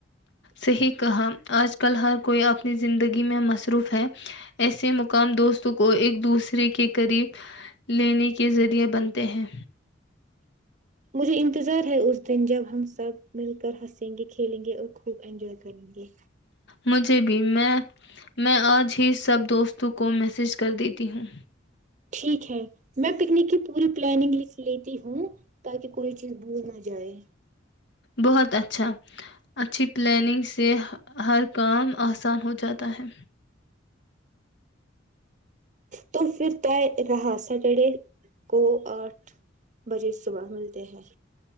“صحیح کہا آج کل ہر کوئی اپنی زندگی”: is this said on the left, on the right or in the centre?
Left